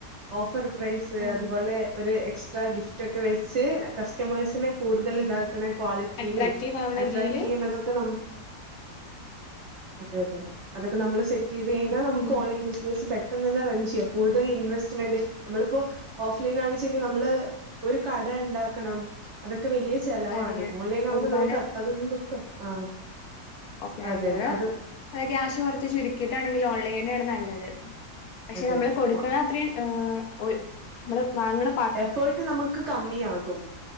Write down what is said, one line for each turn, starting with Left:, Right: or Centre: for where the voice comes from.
Right: ഓഫർ പ്രൈസ്
Left: ഉം
Right: അതുപോലെ ഒരു എക്സ്ട്രാ ഗിഫ്റ്റ് ഒക്കെ വെച്ച് കസ്റ്റമേഴ്സിനെ കൂടുതൽ ഇത ക്ക്‌ണ ക്വാളിറ്റിയിലും
Left: അട്രാക്റ്റീവ് ആവണ
Right: അട്രാക്ട്
Left: രീതിയില്
Right: ചെയ്യുന്നതൊക്കെ നമ്മ അതെ അതെ അതൊക്കെ നമ്മള് സെറ്റ് ചെയ്ത് കഴിഞ്ഞാ നമക്ക്
Left: ഉം
Right: ഓൺലൈൻ ബിസ്നസ് ട്രെ പെട്ടെന്ന് തന്നെ റൺ ചെയ്യാം കൂടുതൽ ഇൻവെസ്റ്റ്മെന്റ് നമ്മള്പ്പോ ഓഫ് ലൈൻ ആണ്ച്ചെങ്കി നമ്മള് ഒരു കട ഇണ്ടാക്കണം അതൊക്കെ വല്യ ചെലവാണ്
Left: അതെ
Right: ഓൺലൈൻ ആവുമ്പോ
Left: ഒരുപാട്
Right: നമുക്ക് അതൊന്നു ആ
Left: ഓഫ്‌
Right: അതെ
Left: ലൈ
Right: അത്
Left: <unintelligible> ക്യാഷ് കൊർച്ച് ചുരുക്കിട്ടാണെങ്കില് ഓൺലൈനെണ് നല്ലത് പക്ഷെ
Right: അതെ
Left: നമ്മള് കൊടുക്ക്‌ണ അത്രയും ഒര് നമ്മള് വാങ്ണ
Right: എഫേർട്ട് നമുക്ക് കമ്മി ആകും